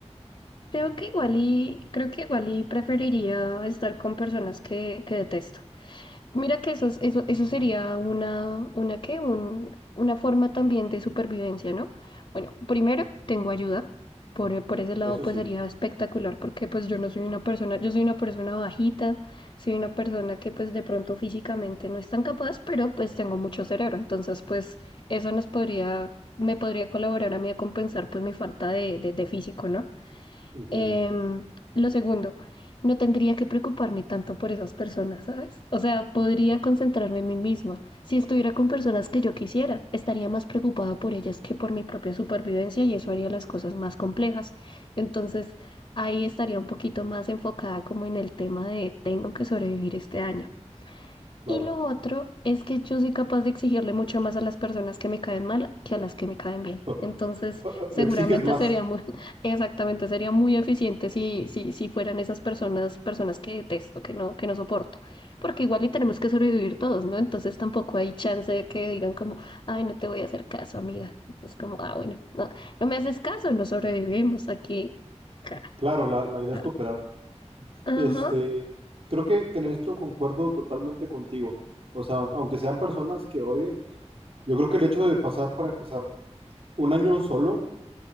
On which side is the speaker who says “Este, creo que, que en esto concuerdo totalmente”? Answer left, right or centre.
Right